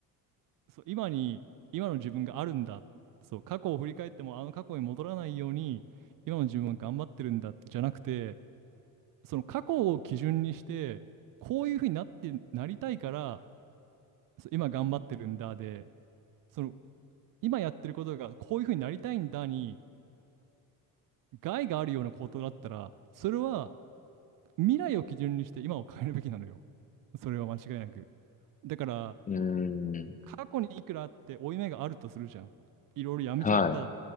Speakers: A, on the right; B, on the left.
A: そう、今に、今の自分があるんだ。そう、過去を振り返ってもあの過去に戻らないように、今の自分は頑張ってるんだじゃなくて、その過去を基準にして、こういうふうになって、なりたいから、そう今頑張ってるんだで、その今やってることがこういうふうになりたいんだに害があるようなことだったら、それは未来を基準にして今を変えるべきなのよ。それは間違いなく。だから、
B: い、うん、
A: 過去にいくらあって負い目があるとするじゃん。いろいろやめちゃった。
B: は